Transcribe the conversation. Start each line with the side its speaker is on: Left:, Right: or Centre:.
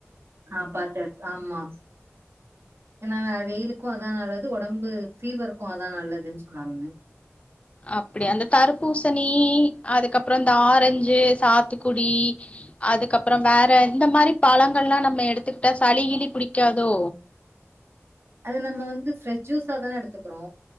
Right: ஆ பாத்து ஆமா ஏனா வெயிலுக்கு அதா நல்லது ஒ டம்பு ஃபீவருக்கு அதா நல்லதுன் சொன்னாங்க
Left: அப்டியா அந்த தர்ப்பூசணி அதுக்கப்றோ இந்த ஆரஞ்சு சாத்துக்குடி அதுக்கப்றோ வேற இந்த மாரி பழங்கல்லா நம்ம எடுத்துக்கிட்டா சளி கிளி புடிக்காதோ
Right: அத நம்ம வந்து ஃப்ரெஜ் ஜூஸாதான எடுத்துக்குறோ